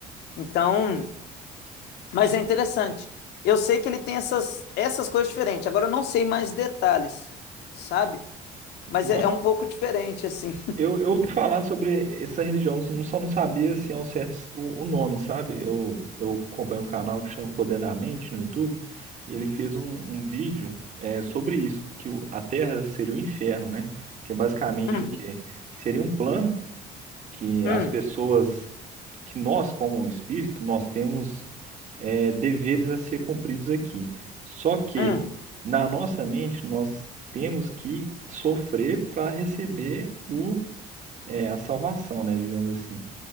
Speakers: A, on the left (about 80°); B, on the right (about 45°).
A: Então, mas é interessante. Eu sei que ele tem essas, essas coisas diferentes. Agora eu não sei mais detalhes, sabe? Mas
B: Nossa,
A: é, é um pouco diferente, assim.
B: Eu, eu ouvi falar sobre essa religião, não- só não sabia assim, ao certo o, o nome, sabe? Eu, eu acompanho um canal que chama Poder da Mente no YouTube, e ele fez um, um vídeo é, sobre isso, que o- a Terra seria o inferno, né? Que é basicamente
A: Uhum.
B: o quê? Seria um plano que
A: Hum,
B: as pessoas, que nós como espírito, nós temos. é, deveres a ser cumpridos aqui. Só que
A: hum,
B: na nossa mente nós temos que sofrer para receber o, é, a salvação, né, digamos assim.